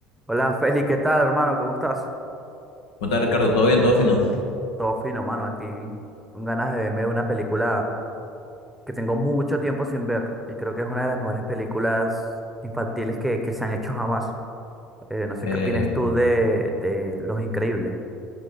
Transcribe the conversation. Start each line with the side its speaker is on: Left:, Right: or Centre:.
Centre: Hola Feli, ¿qué tal hermano? ¿Cómo estás?
Left: ¿Cómo estás, Ricardo? ¿Todo bien? ¿Todo fino?
Centre: Todo fino, mano, aquí con ganas de verme una película que tengo mucho tiempo sin ver y creo que es una de las mejores películas infantiles que, que se han hecho jamás. Eh, no sé
Left: Eh,
Centre: qué opinas tú de, de Los Increíbles.